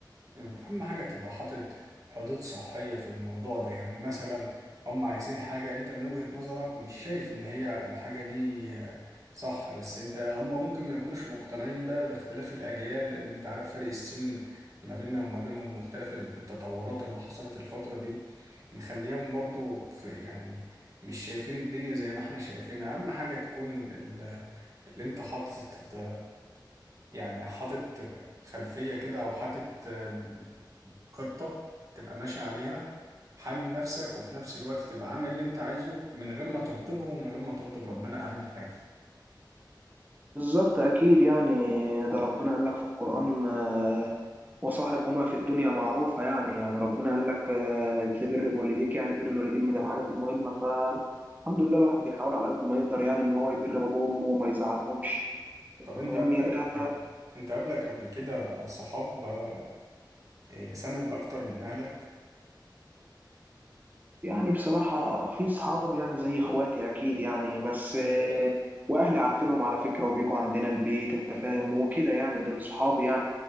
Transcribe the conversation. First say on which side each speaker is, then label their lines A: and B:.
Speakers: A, on the right; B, on the right.
A: مم. أهم حاجة تبقى حاطط حدود صحية في الموضوع ده يعني مثلا هم عايزين حاجة أنت من وجهة نظرك مش شايف إن هي الحاجة دي آه، صح بس أنت هم ممكن ما يكونوش مقتنعين بقى باختلاف الأجيال لأن أنت عارف فرق السن ما بيننا وما بينهم واختلاف التطورات اللي حصلت الفترة دي مخليهم برضو في يعني مش شايفين الدنيا زي ما احنا شايفينها أهم حاجة تكون ال- اللي أنت حاطط يعني حاطط خلفية كده أو حاطط آه، خطة تبقى ماشي عليها حامل نفسك وفي نفس الوقت تبقى عامل اللي أنت عايزه من غير ما تغضبهم ومن غير ما تغضب ربنا أهم حاجة
B: بالظبط أكيد يعني ده ربنا قال لك في القرآن آه، وصاحبهما في الدنيا معروفة يعني يعني ربنا قال لك آه، تبر بوالديك يعني بر الوالدين من الحاجات المهمة فالحمد لله الواحد بيحاول على قد ما يقدر يعني إن هو يبر بابه وأمه وما يزعلهمش أنت
A: طب أنت
B: فاهمني
A: قبلك
B: ده
A: أنت قبلك قبل كده صحاب آه، إيه، سند أكتر من أهلك؟
B: يعني بصراحة في صحاب يعني زي إخواتي أكيد يعني بس آه، وأهلي عارفينهم على فكرة وبيجوا عندنا البيت أنت فاهم وكده يعني دول صحابي يعني